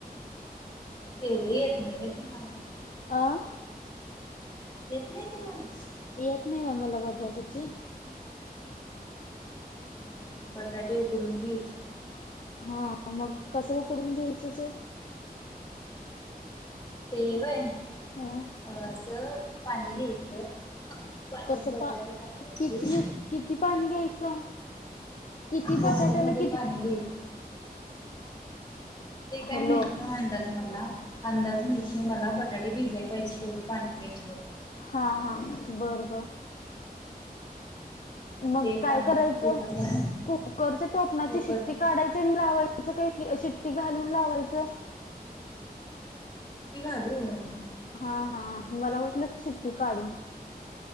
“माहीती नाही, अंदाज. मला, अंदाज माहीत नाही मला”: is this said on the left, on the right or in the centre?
Left